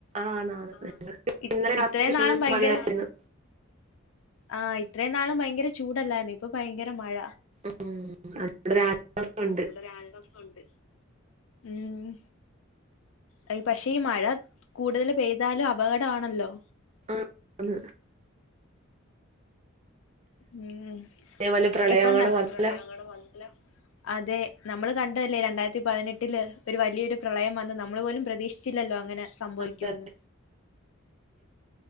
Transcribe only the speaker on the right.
ആണ് ആണ്
ഇന്നലെ
രാത്രി
ഫുള്ള്
മഴയായിരുന്നു
ഉം അൽപൊരാശ്വാസം ഉണ്ട്
ആ അത് തന്നെ
അതേപോലെ പ്രളയം
അങ്ങനെ
വന്നല്ലോ
അതറിയാം.